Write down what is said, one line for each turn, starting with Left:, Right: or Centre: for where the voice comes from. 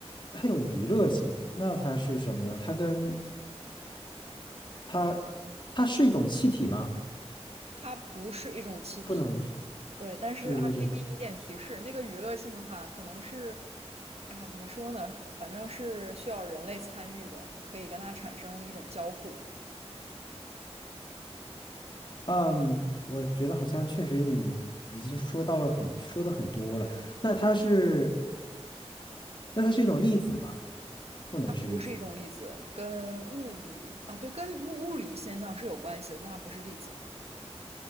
Left: 它有娱乐性，那它是什么呢？它跟它，它是一种气体吗？
Right: 它不是一种气体，
Left: 不能是，
Right: 对，但是啊，
Left: 对，我也觉得，
Right: 可以给你一点提示，那个娱乐性的话，可能是，哎呀，怎么说呢？反正是需要人类参与的，可以跟它产生一种交互。
Left: 嗯，我觉得好像确实你已经说到了很，说的很多了。那它是，那它是一种粒子吗？不能是粒子。
Right: 它不是一种粒子，跟物理啊，对，跟物物理现象是有关系的，但它不是粒子。